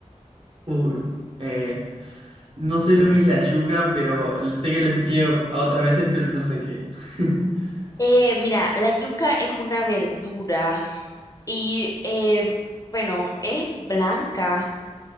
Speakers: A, on the right; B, on the left.
A: Uy, eh, no sé lo que es la yuca, pero sé que lo escuché a otras veces, pero no sé qué. es. <laughs>
B: Eh, mira, la yuca es una verdura y, eh, bueno, es blanca.